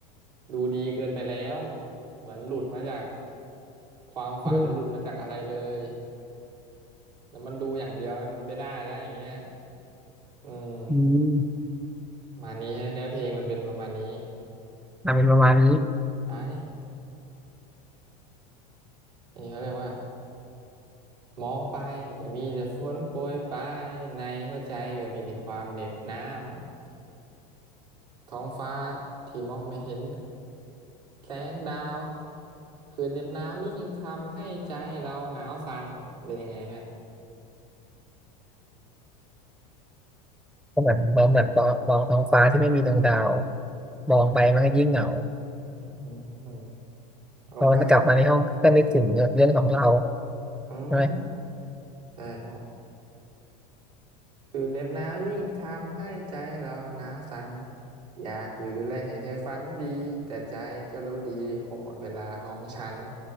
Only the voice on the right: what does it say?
ดูดีเกินไปแล้วเหมือนหลุดมาจากความฝันหรือหลุดมาจากอะไรเลย
แต่มันดูอย่างเดียวเนี่ยมันไม่ได้แล้วอย่างเงี้ยอืม
ประมาณนี้ฮะเนื้อเพลงมันเป็นประมาณนี้
อ่านี่นี่เขาเรียกว่ามองไปก็มีแต่ฝนโปรยปลายในหัวใจก็มีแต่ความเหน็บหนาวท้องฟ้าที่มองไม่เห็นแสงดาวคืนเหน็บหนาวยิ่งทำให้ใจเราหนาวสั่นเป็นยังไงเพื่อน
อืม
บอกว่าอืม
แต่บอกคือเหน็บหนาวยิ่งทำให้ใจเราหนาวสั่นอยากอยู่ดูแลให้เธอฝันดีแต่ใจก็รู้ดีคงหมดเวลาของฉัน